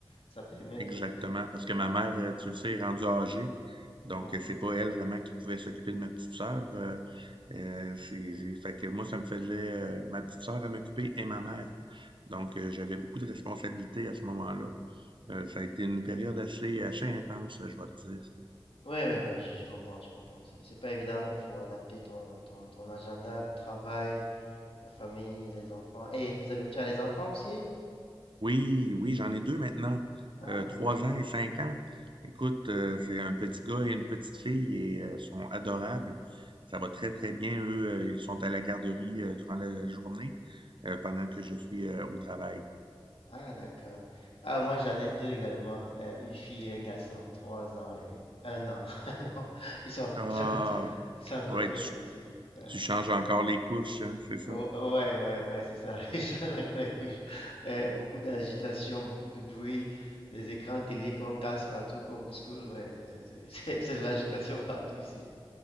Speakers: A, on the left; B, on the right.
A: Ça permet
B: Exactement,
A: de, de...
B: parce que ma mère, euh, tu le sais, est rendue âgée. Donc,
A: Mhm.
B: euh, c'est pas elle vraiment qui pouvait s'occuper de ma petite sœur. euh, euh, c'est, c'est- fait que moi, ça me faisait euh, ma petite sœur à m'occuper et ma mère. Donc, euh, j'avais beaucoup de responsabilités à ce moment-là. Euh, ça a été une période assez, assez intense, je vais te dire.
A: Ouais, ouais, ouais, je, je comprends, je comprends. C'est c'est pas évident, il faut adapter ton, ton, ton agenda de travail, la famille, les enfants. Et vous avez, tu as les enfants aussi?
B: Oui, oui, j'en ai deux maintenant,
A: Ah,
B: euh,
A: ok.
B: trois ans et cinq ans. Écoute, euh, c'est un petit gars et une petite fille et euh, sont adorables. Ça
A: Ah,
B: va très, très bien. Eux, euh, ils sont à la garderie euh, durant la journée euh, pendant que je suis euh, au travail.
A: Ah, d'accord. Ah, moi, j'en ai deux également. euh, une fille et un garçon. Trois ans et un an. <laughs> Non, ils sont encore
B: Ah,
A: très petits. Ils sont encore
B: ouais,
A: très
B: tu,
A: petits. Ouais.
B: tu changes encore les couches, hein, c'est ça.
A: Oh, oh, ouais, ouais, ouais, c'est ça. <laughs> Ils changent encore les couches. Euh, beaucoup d'agitation, beaucoup de bruit. Des écrans télé qu'on casse partout, qu'on bouscule. Ouais, c'est c'est- c'est- <laughs> c'est de l'agitation partout ici.